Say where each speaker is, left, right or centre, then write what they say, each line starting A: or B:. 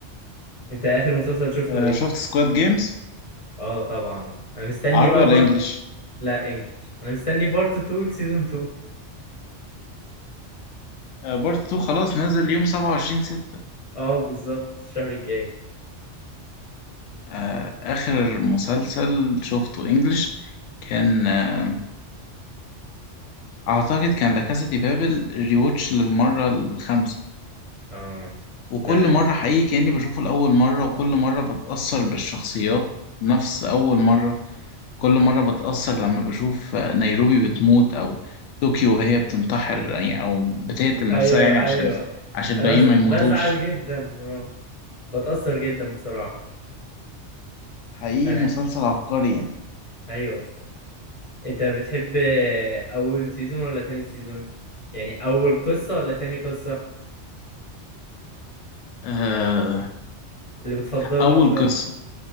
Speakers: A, on the left (about 30°); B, on the left (about 80°).
A: أنت آخر مسلسل شفته
B: آه،
A: إيه؟
B: شفت سكواد جيمز
A: آه طبعا أنا مستني
B: عربي
A: بقى
B: ولا
A: بارت
B: انجليش
A: لا انجلش انا مستني بارت 2 سيزون 2
B: آه، بارت 2 خلاص نازل يوم 27 6
A: اه بالظبط الشهر الجاي
B: آه، اخر مسلسل شفته انجليش كان آه، اعتقد كان لاكاسا دي بابل ريوتش للمره الخامسه
A: اه
B: وكل
A: لا انا
B: مره حقيقي كاني بشوفه لاول مره وكل مره بتاثر بالشخصيات نفس اول مره كل مره بتاثر لما بشوف نيروبي بتموت او طوكيو وهي بتنتحر يعني او بتقتل
A: ايوه
B: نفسها يعني عشان
A: ايوه
B: عشان
A: انا
B: الباقيين
A: بز...
B: ما يموتوش
A: بزعل جدا اه بتأثر جدا بصراحة
B: حقيقي
A: انا
B: مسلسل عبقري يعني
A: ايوه انت بتحب اول سيزون ولا تاني سيزون يعني اول قصة ولا تاني قصة
B: آه،
A: اللي بتفضلها
B: اول
A: اكتر
B: قصه